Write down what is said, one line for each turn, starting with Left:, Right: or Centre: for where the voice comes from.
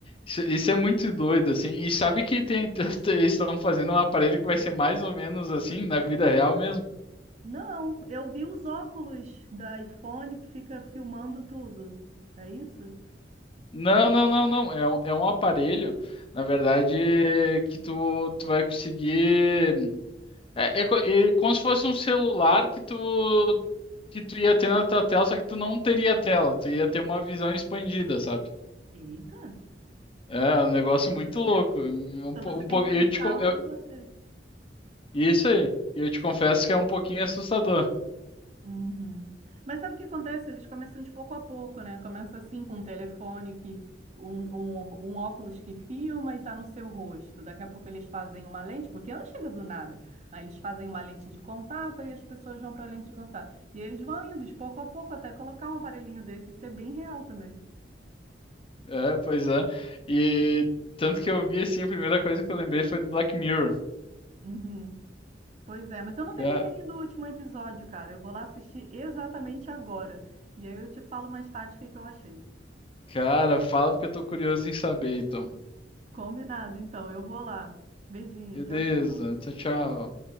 Left: Isso, isso é muito doido, assim. E sabe que tem, <laughs> eles estão fazendo um aparelho que vai ser mais ou menos assim, na vida real mesmo.
Right: Não, eu vi os óculos da iPhone que fica filmando tudo. É isso?
Left: Não, não, não, não. É, um- é um aparelho, na verdade, que tu, tu vai conseguir. É, é, co- é como se fosse um celular que tu, que tu ia ter na tua tela, só que tu não teria tela, tu ia ter uma visão expandida, sabe?
Right: Eita!
Left: É um negócio muito louco. Um,
Right: Então
Left: po-
Right: você
Left: um,
Right: tem
Left: po-
Right: que conectar
Left: eu te, con-
Right: algo em você.
Left: Isso aí. E eu te confesso que é um pouquinho assustador.
Right: Uhum. Mas sabe o que acontece? Eles começam de pouco a pouco, né? Começa assim com um telefone que um, um, um óculos que filma e tá no seu rosto. Daqui a pouco eles fazem uma lente, porque não chega do nada. Aí eles fazem uma lente de contato e as pessoas vão para a lente de contato. E eles vão indo de pouco a pouco até colocar um aparelhinho desse e ser bem real também.
Left: É, pois é. E tanto que eu vi assim, a primeira coisa que eu lembrei foi do Black Mirror.
Right: Uhum. Pois é, mas eu não terminei
Left: Ca-
Right: ainda o último episódio, cara. Eu vou lá assistir exatamente agora. E aí eu te falo mais tarde o que que eu achei.
Left: Cara, fala porque eu tô curioso em saber, então.
Right: Combinado, então. Eu vou lá. Beijinho,
Left: Beleza,
Right: tchau, tchau.
Left: tchau, tchau.